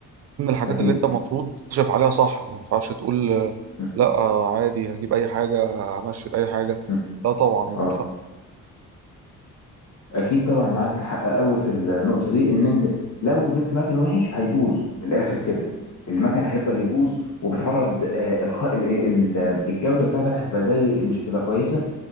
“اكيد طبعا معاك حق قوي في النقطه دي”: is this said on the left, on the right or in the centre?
Left